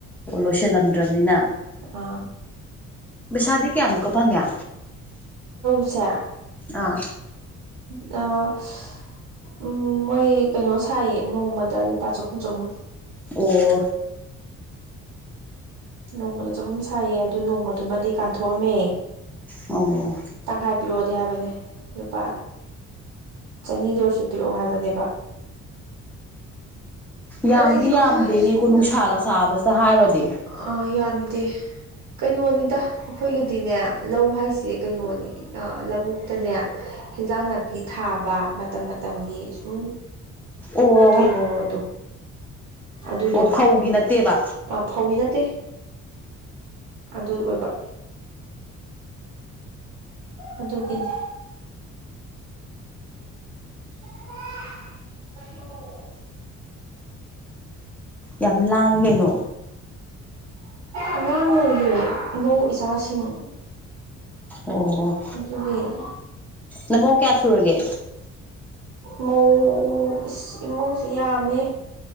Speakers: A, in the centre; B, on the right.
A: ꯑꯣ ꯂꯣꯏꯁꯤꯜꯂꯝꯗ꯭ꯔꯕꯅꯤꯅ
B: ꯑꯥ
A: ꯄꯩꯁꯥꯗꯤ ꯀꯌꯥꯃꯨꯛꯀ ꯐꯪꯉꯦ
B: ꯁꯦ
A: ꯑꯥ
B: ꯗꯥ ꯎꯝ ꯃꯣꯏ ꯀꯩꯅꯣ ꯁꯥꯏꯌꯦ ꯅꯣꯡꯃꯗ ꯂꯨꯄꯥ ꯆꯍꯨꯝ ꯆꯍꯨꯝ
A: ꯑꯣ
B: ꯅꯣꯡꯃꯗ ꯆꯍꯨꯝ ꯁꯥꯏꯌꯦ ꯑꯗꯨ ꯅꯣꯡꯃꯗꯨꯃꯗꯤ ꯀꯥꯟꯊꯣꯛꯑꯝꯃꯦ
A: ꯑꯣ
B: ꯇꯪꯈꯥꯏ ꯄꯤꯔꯛꯑꯣꯗꯤ ꯍꯥꯏꯕꯅꯦ ꯂꯨꯄꯥ ꯆꯅꯤꯗ ꯑꯣꯏꯁꯨ ꯄꯤꯔꯛꯑꯣ ꯍꯥꯏꯕꯅꯦꯕ
A: ꯌꯥꯝꯗꯤ
B: ꯑꯗꯒꯤ
A: ꯌꯥꯝꯗꯦꯅꯦꯀꯣ
B: ꯑꯈꯣꯏꯁꯨ
A: ꯅꯨꯡꯁꯥꯒ
B: <unintelligible>
A: ꯁꯥꯕꯁꯤꯗ ꯍꯥꯏꯔꯨꯔꯗꯤ
B: ꯑꯥ ꯌꯥꯝꯗꯦ ꯀꯩꯅꯣꯅꯤꯗ ꯑꯩꯈꯣꯏꯒꯤꯗꯤꯅꯦ ꯂꯧ ꯍꯥꯏꯁꯦ ꯀꯩꯅꯣꯅꯤ ꯑꯥ ꯂꯧꯕꯨꯛꯇꯅꯦ ꯍꯦꯟꯖꯥꯡ ꯅꯥꯄꯤ ꯊꯥꯕ ꯃꯇꯝ ꯃꯇꯝꯒꯤ ꯁꯨꯝ
A: ꯑꯣ
B: ꯀꯩꯅꯣꯗꯣ ꯑꯗꯨꯗꯣ
A: ꯑꯣ ꯐꯧꯒꯤ ꯅꯠꯇꯦꯕ
B: ꯑꯥ ꯐꯧꯒꯤ ꯅꯠꯇꯦ ꯑꯗꯨ ꯑꯣꯏꯕ ꯑꯗꯨꯒꯤꯅꯤ <unintelligible>
A: ꯌꯥꯝ ꯂꯥꯡꯏ ꯒꯩꯅꯣ
B: ꯑꯉꯥꯡ ꯂꯩꯌꯦ ꯏꯃꯧ ꯏꯆꯥꯁꯤꯡ <inaudible>
A: ꯑꯣ
B: ꯑꯗꯨꯒꯤ <inaudible>
A: ꯅꯃꯧ ꯀꯌꯥ ꯁꯨꯔꯒꯦ
B: ꯃꯧ ꯏꯁ ꯏꯃꯧꯁꯤ ꯌꯥꯝꯃꯦ